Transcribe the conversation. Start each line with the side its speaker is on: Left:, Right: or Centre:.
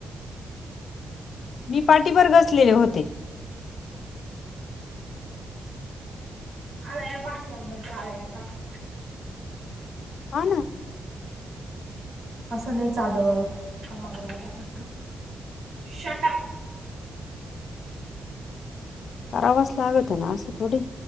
Left: मी पाटीभर घसलेले होते.
Right: आळ्याय भाज्यांमध्ये आळ्याय का कि
Left: हा ना.
Right: असं नाही चालत काम आवरावं लागन आता शट अप.
Left: करावाच लागत ना असं थोडी.